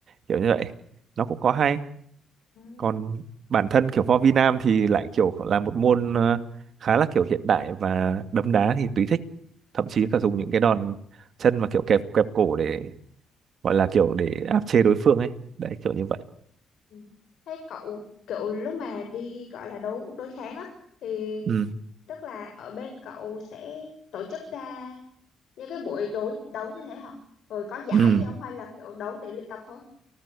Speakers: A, on the right; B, on the left.
A: kiểu như vậy nó cũng có hay
B: ừ.
A: còn bản thân kiểu võ vi nam thì lại kiểu là một môn ờ, khá là kiểu hiện đại và đấm đá thì tùy thích thậm chí cả dùng những cái đòn chân và kiểu kẹp kẹp cổ để gọi là kiểu để áp chế đối phương ấy đấy kiểu như vậy
B: ừ. thế cậu kiểu lúc mà đi gọi là đấu đối kháng á thì
A: ừ
B: tức là ở bên cậu sẽ tổ chức ra những cái buổi đối đấu như thế hả rồi có giải
A: ừ
B: gì không hay là kiểu đấu để luyện tập thôi